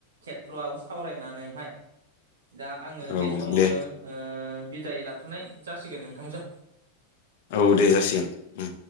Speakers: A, on the right; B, on the left.
A: खेथ्रआव सावरायनानैहाय। दा आङो
B: औ
A: बे समावनो
B: दे
A: ओ बिदाय लाथ'नाय जासिगोन नोंथांजों
B: औ दे जासिगोन उम